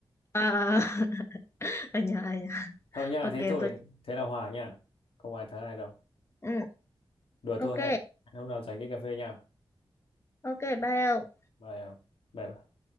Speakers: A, on the left (about 30°); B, on the left (about 85°).
A: À, <laughs> ở nhà, ở nhà.
B: thôi nha
A: Ok,
B: thế thôi
A: tôi
B: thế là hòa nha không ai thắng ai đâu
A: Ừ,
B: đùa
A: ok,
B: thôi hẹn hẹn hôm nào rảnh đi cà phê nha
A: ok, bye ông.
B: bye bye bye